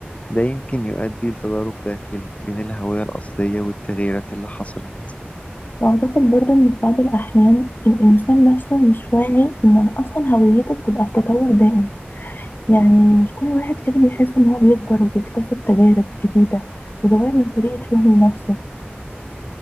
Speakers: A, on the left (about 35°); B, on the left (about 55°).
A: ده يمكن يؤدي لتضارب داخلي بين الهوية الأصلية والتغييرات اللي حصلت
B: وأعتقد برضه إن في بعض الأحيان الإنسان نفسه مش واعي إن أصلا هويته بتبقى في تطور دائم يعني مش كل واحد كده بيحس إن هو بيكبر وبيكتسب تجارب جديدة بتغير من طريقة فهمه لنفسه